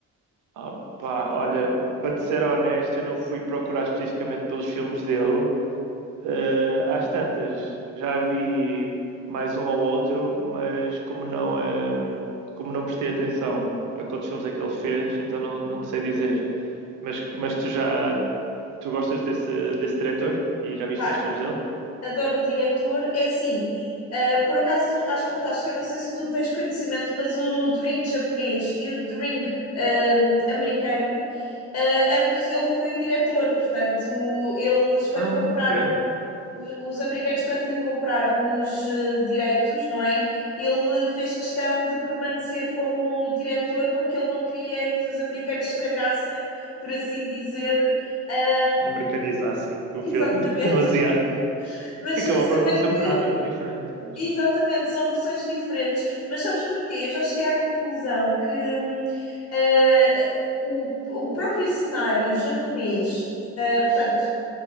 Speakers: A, on the right (about 85°); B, on the left (about 60°).
A: Opa, olha, para te ser honesto, eu não fui procurar especificamente pelos filmes dele. Eh, às tantas, já vi mais um ou outro, mas como não, ehm, como não prestei atenção a quantos filmes é que ele fez, então não, não te sei dizer. Mas, mas tu já, tu gostas desse, desse diretor? E já viste
B: Pá,
A: mais filmes dele?
B: adoro o diretor. É assim, eh, por acaso acho fantástico. Eu não sei se tu tens conhecimento, mas o Drink japonês e o Drink ehm, americano, eh, ambos ele foi o diretor. Portanto, eles quando
A: Ah,
B: compraram
A: ok.
B: o- Os americanos, quando lhe compraram os eh, direitos, não é? Ele fez questão de permanecer como diretor porque ele não queria que os americanos estragassem, por assim dizer. ahm,
A: americanizassem o
B: exatamente.
A: filme <laughs> demasiado.
B: <laughs> Mas
A: Acabou
B: se
A: por acontecer
B: bem
A: um
B: que,
A: bocado, é muito diferente, mas.
B: exatamente, são versões diferentes. Mas sabes porquê? Eu já cheguei à conclusão que hum, ah, o, o próprio cenário japonês, ah, portanto,